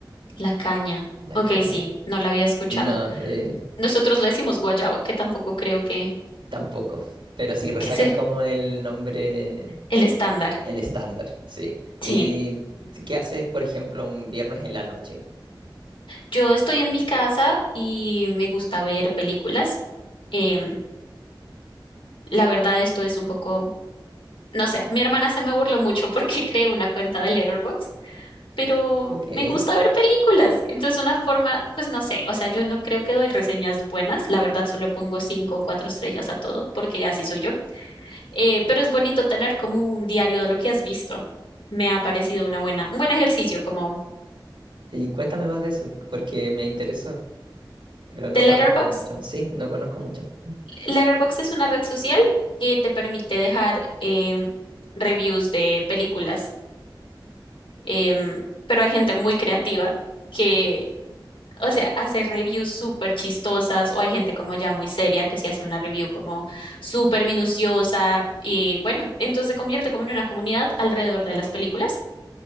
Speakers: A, on the left; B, on the right.
A: la caña.
B: La
A: Ok,
B: caña.
A: sí, no la había escuchado.
B: No, eh,
A: Nosotros le decimos guayabo, que tampoco creo que,
B: tampoco. Pero sí, resaca
A: que sea
B: es como el nombre,
A: el estándar.
B: el estándar, sí.
A: Sí,
B: ¿Y qué haces, por ejemplo, un viernes en la noche?
A: yo estoy en mi casa y me gusta ver películas. Em, la verdad, esto es un poco, no sé, mi hermana se me burló mucho porque <laughs> creé una cuenta de Letterboxd, pero
B: Ok.
A: me gusta ver películas. Entonces, una forma, pues no sé, o sea, yo no creo que doy reseñas buenas, la verdad, solo pongo cinco o cuatro estrellas a todo, porque así soy yo. Eh, pero es bonito tener como un diario de lo que has visto. Me ha parecido una buena, un buen ejercicio como
B: Y cuéntame más de eso, porque me interesó, pero no
A: de Letterboxd.
B: conozco mucho. Sí, no conozco mucho.
A: Letterboxd es una red social que te permite dejar em, reviews de películas, em, pero hay gente muy creativa que, o sea, hace reviews súper chistosas o hay gente como ya muy seria que sí hace una review como súper minuciosa y bueno, entonces se convierte como en una comunidad alrededor de las películas.